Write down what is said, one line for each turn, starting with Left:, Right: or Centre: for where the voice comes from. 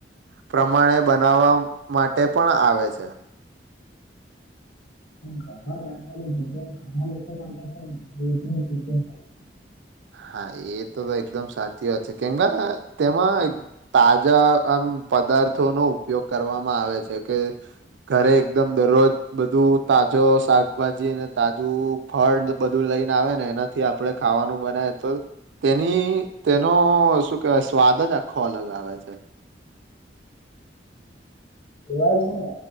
Right: પ્રમાણે બનાવવા માટે પણ આવે છે.
Left: ઘરમાં બનાવેલું, ભોજન ઘણા લોકો માટે છે, ને રોજનું ભોજન હોય છે.
Right: હા, એ તો એકદમ સાચી વાત છે, કેમ કે તેમાં તાજા પદાર્થો નો ઉપયોગ કરવામાં આવે છે, કે ઘરે એકદમ દરરોજ બધું, તાજો શાકભાજી અને તાજું ફળ, બધું લ લઈને આવે, ને એનાથી આપડણે ખાવાનું બનાય, તો તેની તેનો શું કેવાય સ્વાદ જ આખો અલગ આવે છે.
Left: એવાય છેને,